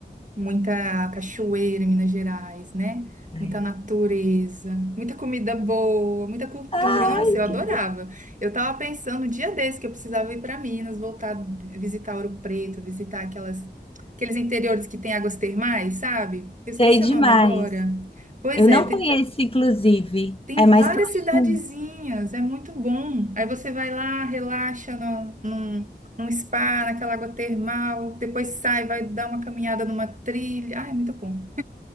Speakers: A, on the right (about 45°); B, on the left (about 30°).
A: muita cachoeira em Minas Gerais, né?
B: é.
A: Muita natureza, muita comida boa, muita cultura.
B: Ai,
A: Nossa, eu adorava.
B: que-
A: Eu tava pensando um dia desse que eu precisava ir para Minas, voltar, visitar Ouro Preto, visitar aquelas aqueles interiores que tem águas termais, sabe? Eu esqueci
B: sei demais.
A: o nome agora. Pois
B: Eu
A: é,
B: não
A: te-
B: conheço, inclusive.
A: tem,
B: É mais
A: várias
B: pro
A: cidadezinhas,
B: sul.
A: é muito bom. Aí você vai lá, relaxa no, num- num spa, naquela água termal, depois sai, vai dar uma caminhada numa trilha. Ai, é muito bom.